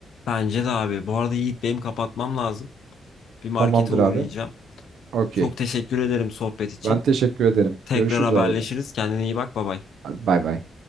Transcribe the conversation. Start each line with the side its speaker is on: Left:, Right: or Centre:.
Left: Bence de abi. Bu arada Yiğit benim kapatmam lazım. Bir markete
Right: Tamamdır
Left: uğrayacağım.
Right: abi. Okey.
Left: Çok teşekkür ederim sohbet için.
Right: Ben teşekkür ederim.
Left: Tekrar
Right: Görüşürüz
Left: haberleşiriz.
Right: abi o zaman.
Left: Kendine iyi bak. Bay bay.
Right: Hadi bay bay.